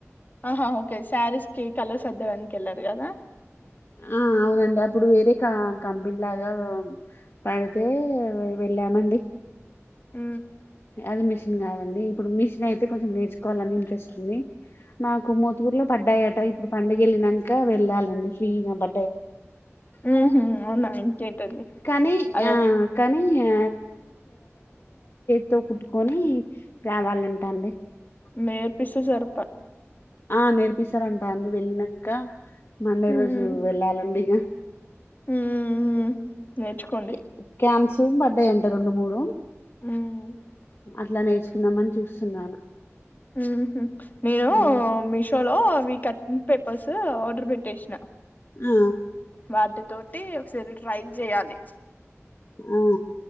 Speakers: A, on the left (about 35°); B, on the left (about 55°).
A: ఆహా ఓకే స్యారీస్కి కలర్స్ అద్దడానికి కెళ్ళారు కదా.
B: ఆ అవునండి అప్పుడు వేరే కంపెనీ లాగా పడితే వెళ్ళామండి.
A: ఊ
B: అది మిషన్ కాదండి, ఇప్పుడు మిషన్ అయితే కొంచెం నేర్చుకో కావాలని ఇంట్రెస్ట్ ఉంది. ఆ కుమ్మతుకూరు లో పడ్డాయట ఇప్పుడు పండుగెళ్ళినక వెళ్ళాలండి ఫ్రీగా బ.
A: ఉహు అవునా ఇంకేంటండి
B: కానీ
A: అధొక్.
B: ఆ కానీ ఆ, తో కుట్టుకొని రావాలంట అండి.
A: నెర్పిస్తే జరుప.
B: ఆ నేర్పిస్తారంటా అండి వెళ్ళినంక. మండే
A: మ్మ్
B: రోజు వెళ్ళాలండి ఇగ
A: మ్మ్ నేర్చుకోండి
B: క్యా క్యాంప్స్. తూమ్ పడ్డాయంట రెండు మూడు.
A: మ్మ్హ్
B: అట్లా నేర్చుకుందాంమని చూస్తున్నాను.
A: ఉహు మేము
B: ఉమ్.
A: మీషో. లో అవి కటింగ్ పేపర్స్ ఆర్డర్ పెట్టేసిన.
B: ఆ.
A: వాటితోటి ఒకసారి ట్రై జేయాలి.
B: ఆ.